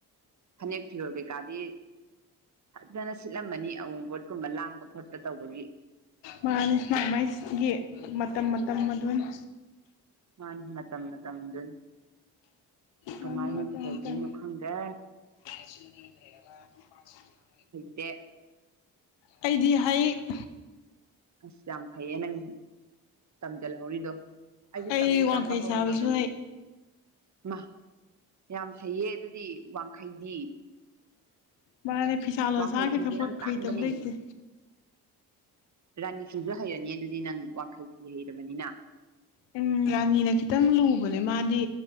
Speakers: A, on the right (about 40°); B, on the left (about 75°).
A: ꯐꯅꯦꯛ ꯐꯤꯔꯣꯜ ꯀꯩꯀꯥꯗꯤ ꯐꯖꯅ ꯁꯤꯠꯂꯝꯃꯅꯤ ꯑꯎꯟꯄꯣꯠꯀꯨꯝꯕ ꯂꯥꯡꯕ ꯈꯣꯠꯄ ꯇꯧꯕꯒꯤ
B: ꯃꯥꯅꯤ ꯃꯥ ꯃꯥꯏꯒꯤ ꯃꯇꯝ ꯃꯇꯝ ꯑꯗꯨꯅꯤ
A: ꯃꯥꯅꯤ ꯃꯇꯝ ꯃꯇꯝꯗꯨꯅꯤ ꯀꯃꯥꯏꯅ
B: ꯃꯥꯅꯤ ꯃꯇꯝ
A: ꯇꯧꯗꯣꯏꯅꯣ
B: ꯃꯇꯝ
A: ꯈꯪꯗꯦ
B: <unintelligible>
A: ꯇꯦ
B: ꯑꯩꯗꯤ ꯍꯩ
A: ꯑꯁ ꯌꯥꯝ ꯐꯩꯌꯦ ꯅꯪꯗꯤ ꯇꯝꯖꯜꯍꯧꯔꯤꯗꯣ ꯑꯩꯁꯨ
B: ꯑꯩ
A: ꯇꯝꯗꯤ ꯇꯝꯕ
B: ꯋꯥꯡꯈꯩ
A: ꯍꯧꯔꯝꯃꯕꯅꯤ
B: ꯁꯥꯕꯁꯨ ꯍꯩ
A: ꯃꯥ ꯌꯥꯝ ꯍꯩꯌꯦ ꯑꯗꯨꯗꯤ ꯋꯥꯡꯈꯩꯗꯤ
B: ꯃꯥꯅꯦ ꯐꯤꯁꯥ ꯂꯣꯟꯁꯥꯒꯤ
A: ꯋꯥꯡꯈꯩ ꯐꯤꯁꯦ
B: ꯊꯕꯛ
A: ꯌꯥꯝ ꯇꯥꯡꯕꯅꯦ
B: ꯍꯩꯇꯕ ꯂꯩꯇꯦ
A: ꯔꯥꯅꯤꯐꯨꯁꯨ ꯍꯩꯔꯅꯤ ꯑꯗꯨꯗꯤ ꯅꯪ ꯋꯥꯡꯈꯩ ꯐꯤ ꯍꯩꯔꯕꯅꯤꯅ
B: ꯎꯝ ꯔꯥꯅꯤꯅ ꯈꯤꯇꯪ ꯂꯨꯕꯅꯦ ꯃꯥꯗꯤ